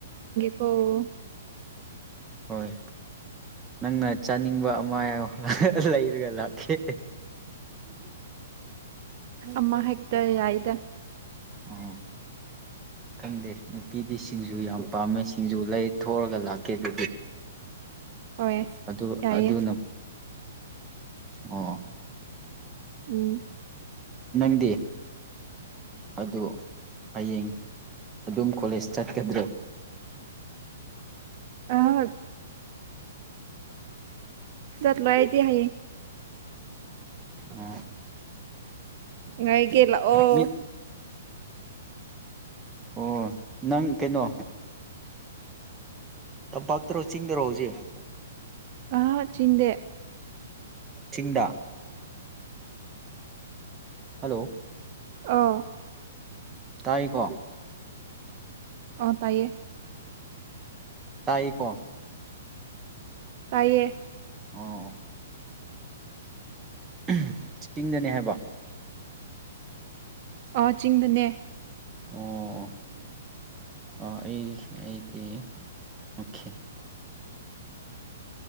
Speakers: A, on the right; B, on the right.
A: ꯑꯣ
B: ꯍꯣꯏ ꯅꯪꯅ ꯆꯥꯅꯤꯡꯕ ꯑꯃ ꯍꯥꯏꯌꯣ ꯂꯩꯔꯒ ꯂꯥꯛꯀꯦ꯫
A: ꯑꯃ ꯍꯦꯛꯇ ꯌꯥꯏꯗ
B: ꯑꯥ ꯈꯪꯗꯦ ꯅꯨꯄꯤꯗꯤ ꯁꯤꯡꯖꯨ ꯌꯥꯝ ꯄꯥꯝꯃꯦ ꯁꯤꯡꯖꯨ ꯂꯩ ꯊꯑꯒ ꯂꯥꯛꯀꯦ ꯑꯗꯨꯗꯤ
A: ꯍꯣꯏ
B: ꯑꯗꯨ
A: ꯌꯥꯏꯌꯦ
B: ꯑꯗꯨꯅ ꯑꯣ
A: ꯎꯝ
B: ꯅꯪꯗꯤ ꯑꯗꯨ ꯍꯌꯦꯡ ꯑꯗꯨꯝ ꯀꯣꯂꯦꯖ ꯆꯠꯀꯗ꯭ꯔꯣ
A: ꯑ ꯆꯠꯂꯣꯏ ꯑꯩꯗꯤ ꯍꯥꯌꯦ
B: ꯎꯝ
A: ꯉꯥꯏꯒꯤ ꯂꯥꯛꯑꯣ
B: ꯃꯤ ꯑꯣ ꯅꯪ ꯀꯩꯅꯣ ꯇꯝꯄꯥꯛꯇꯔꯣ ꯆꯤꯡꯗꯔꯣ ꯍꯧꯖꯤꯛ
A: ꯑ ꯆꯤꯡꯗꯦ
B: ꯆꯤꯡꯗ ꯍꯜꯂꯣ
A: ꯑꯧ
B: ꯇꯥꯏꯑꯀꯣ
A: ꯑ ꯇꯥꯏꯌꯦ
B: ꯇꯥꯏꯑꯀꯣ
A: ꯇꯥꯏꯌꯦ
B: ꯑꯣ ꯑꯣ ꯎꯝ ꯆꯤꯡꯗꯅꯦ ꯍꯥꯏꯕ
A: ꯑ ꯆꯤꯡꯗꯅꯦ
B: ꯑꯣ ꯑꯣ ꯑꯩ ꯑꯩꯗꯤ ꯑꯣꯈꯦ